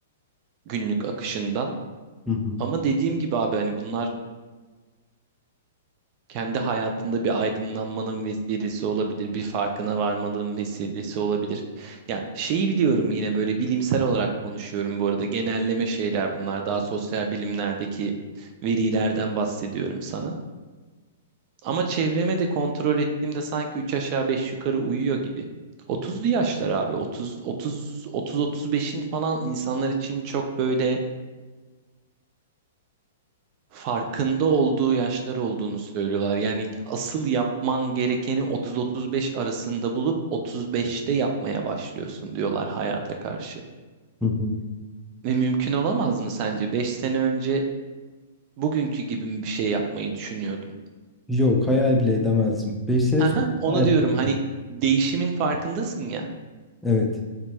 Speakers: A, on the right; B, in the centre.
A: günlük akışından.
B: Hı hı.
A: Ama dediğim gibi abi hani bunlar kendi hayatında bir aydınlanmanın vesilesi olabilir, bir farkına varmalığın vesilesi olabilir. Ya şeyi biliyorum yine böyle bilimsel olarak konuşuyorum bu arada. Genelleme şeyler bunlar. Daha sosyal bilimlerdeki verilerden bahsediyorum sana. Ama çevreme de kontrol ettiğimde sanki 3 aşağı 5 yukarı uyuyor gibi. 30'lu yaşlar abi. 30 30 30 35'in falan insanlar için çok böyle farkında olduğu yaşlar olduğunu söylüyorlar. Yani asıl yapman gerekeni 30 35 arasında bulup 35'te yapmaya başlıyorsun diyorlar hayata karşı.
B: Hı hı.
A: Ve mümkün olamaz mı sence? 5 sene önce bugünkü gibi mi bir şey yapmayı düşünüyordun?
B: Yok hayal bile edemezdim. 5
A: <laughs>
B: sene
A: Haha,
B: sonra
A: Onu
B: hayal
A: diyorum
B: ettim.
A: hani değişimin farkındasın ya.
B: Evet.